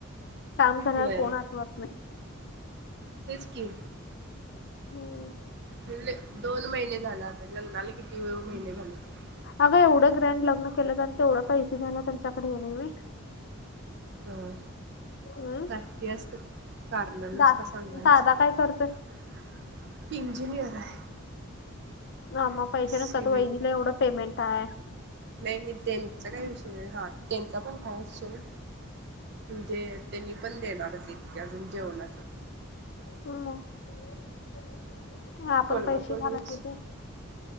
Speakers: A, on the left; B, on the right.
A: काम करायला
B: होय
A: कोण आठवत नाही
B: तेच की
A: हम्म
B: बील दोन महिने झाला आता लग्नाला किती महिने झाले सागं
A: अगं एवढं ब्रॅड लग्न केलं जा तेवढं पैसे द्यायेला त्यांच्याकडे ये नाही होय
B: होय
A: हम्म
B: नाटक्की असत्यात कारण नुसत
A: दा
B: सांगायची
A: दादा काय करतोय?
B: इंजिनियर आहे
A: ह मग पैसे
B: सिव्हिल
A: नसतात वहिनीला एवढं पेमेंट आहे
B: नाही नाही त्यांचा काही विषय नाही हा त्यांचा पण हाय सोड म्हणजे त्यांनी पण देणारच हायतकी अजून जेवणाच
A: हम् मग आपण
B: टोलवा
A: पैसे
B: टोलवीच
A: घायलायचं